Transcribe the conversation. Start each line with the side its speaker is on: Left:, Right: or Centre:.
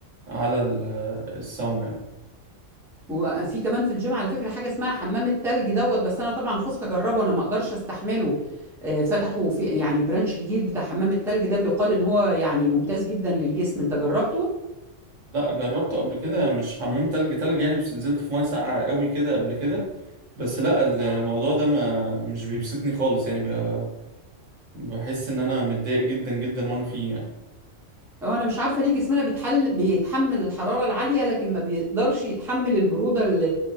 Right: على ال- آه، الساونا
Centre: وفي كمان في الجيم على فكرة حاجة اسمها حمام التلج دوت بس أنا طبعا خفت أجربه أنا ما أقدرش أستحمله آه، فتحوا في يعني برانش جديد بتاع حمام التلج ده بيقال إن هو يعني ممتاز جدا للجسم أنت جربته؟
Right: لا جربته قبل كده مش حمام تلج تلج يعني بس نزلت في ميه ساقعه قوي كده قبل كده بس لا الموضوع ده ما مش بيبسطني خالص يعني ب- بحس ان انا متضايق جدا جدا وانا فيه يعني
Centre: هو أنا مش عارفة ليه جسمنا بيتحل بيتحمل الحرارة العالية لكن ما بيقدرش يتحمل البرودة ال...